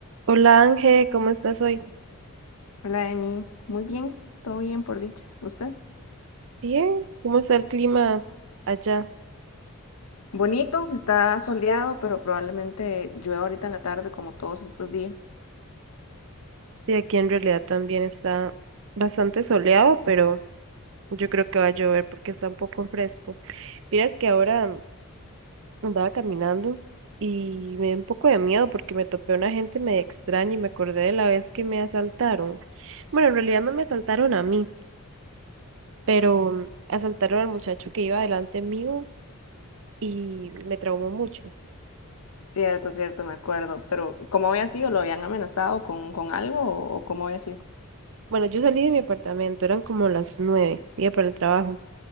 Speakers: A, on the right; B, on the left.
A: Hola Ángel, ¿cómo estás hoy?
B: Hola, Emi. Muy bien, todo bien por dicha. ¿Usted?
A: Bien, ¿cómo está el clima allá?
B: Bonito, está soleado, pero probablemente llueva ahorita en la tarde como todos estos días.
A: Sí, aquí en realidad también está bastante soleado, pero yo creo que va a llover porque está un poco fresco. Mira es que ahora andaba caminando y me dio un poco de miedo porque me topé a una gente medio extraña y me acordé de la vez que me asaltaron. Bueno, en realidad no me asaltaron a mí, pero asaltaron al muchacho que iba delante mío y me traumó mucho.
B: Cierto, cierto, me acuerdo. Pero ¿cómo había sido? ¿Lo habían amenazado con, con algo o, o cómo había sido?
A: Bueno, yo salí de mi apartamento, eran como las nueve, iba para el trabajo.